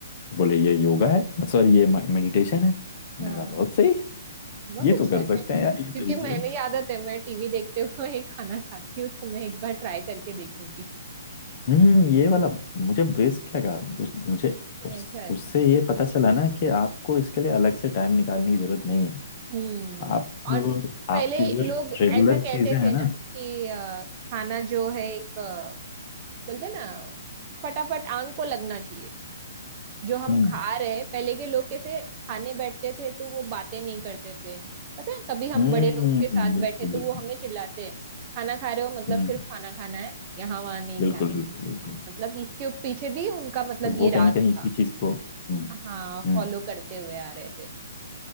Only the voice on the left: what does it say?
बोले
ये योगा है सॉरी ये मेडिटेशन है मैं
कहा बहुत सही
ये
तो कर सकते
हैं यार ये तो इजी
है
हम्म ये वाला मुझे बेस्ट लगा उस मुझे
उस
उससे
ये पता चला ना कि आपको इसके लिए अलग से टाइम निकालने की जरूरत नहीं है
आप
आपकी
जो
रेगुलर
चीजें हैं
ना
हम्म
हम्म
बिल्कुल
बिल्कुल
हम्म
बिल्कुल
बिल्कुल बिल्कुल
तो
वो कहीं
ना कहीं
इसी चीज को हम्म
हम्म